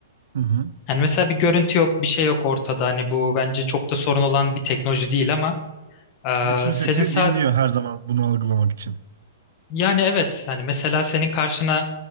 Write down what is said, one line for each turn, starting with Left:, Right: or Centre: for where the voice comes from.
Right: hı hı.
Left: Yani mesela bir görüntü yok, bir şey yok ortada. Hani bu bence çok da sorun olan bir teknoloji değil ama e,
Right: Bütün
Left: senin
Right: sesi
Left: sa-
Right: dinliyor her zaman bunu algılamak için.
Left: Yani evet yani mesela senin karşına